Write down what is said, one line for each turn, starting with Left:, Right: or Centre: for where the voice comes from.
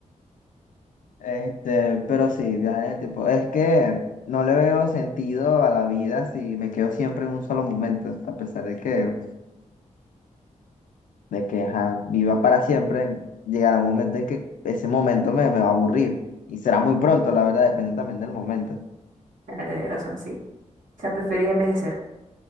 Left: Este, pero sí, viajar en el tiempo. Es que no le veo sentido a la vida si me quedo siempre en un solo momento, a pesar de que, de que ajá, viva para siempre, llegará un momento en que ese momento me, me va a aburrir. Y será muy pronto, la verdad, depende también del momento.
Right: Ah, tenéis razón, sí. O sea, preferís envejecer.